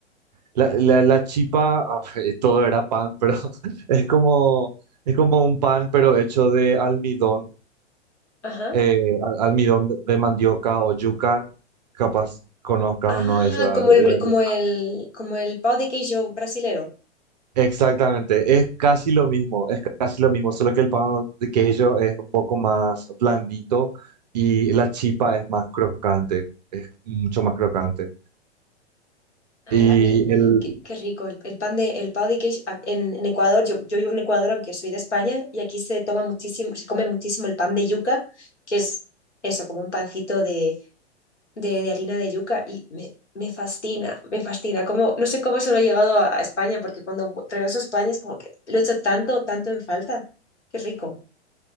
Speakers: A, on the right; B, on the left.
A: La, la, la chipa, ah, <laughs> todo era pan, pero <laughs> es como, es como un pan, pero hecho de almidón,
B: Ajá.
A: eh, al- almidón de, de mandioca o yuca, capaz conozcas
B: Ah,
A: o no esa,
B: como
A: la- la
B: el, como
A: yuca.
B: el, como el pão de queijo brasilero.
A: Exactamente, es casi lo mismo, es casi lo mismo, solo que el pan de queso es un poco más blandito y la chipa es más crocante, es mucho más crocante.
B: Ay,
A: Y
B: a mí,
A: el,
B: qué, qué rico. El, el pan de, el pão de queijo a- en, en Ecuador, yo, yo vivo en Ecuador, aunque soy de España, y aquí se toma muchísimo, se come muchísimo el pan de yuca, que es eso, como un pancito de, de, de harina de yuca, y me, me fascina, me fascina. Como, no sé cómo eso no ha llegado a, a España, porque cuando vu- regreso a España es como que lo he hecho tanto, tanto en falta. Qué rico.